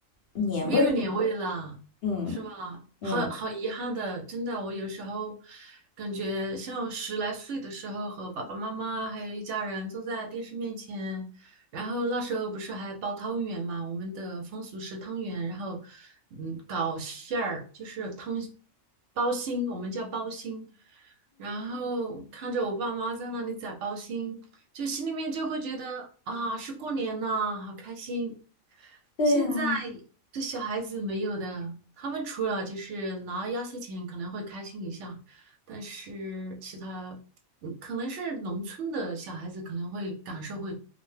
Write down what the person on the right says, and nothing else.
没有年味了，
是吧？
好好遗憾的，真的，我有时候感觉像十来岁的时候，和爸爸妈妈还有一家人坐在电视面前，然后那时候不是还包汤圆嘛，我们的风俗是汤圆，然后嗯，搞馅儿，就是汤包心，我们叫包心，然后看着我爸妈在那里宰包心，就心里面就会觉得啊，是过年了，好开心。
现在这小孩子没有的，他们除了就是拿压岁钱可能会开心一下，但是其他，嗯可能是农村的小孩子可能会感受会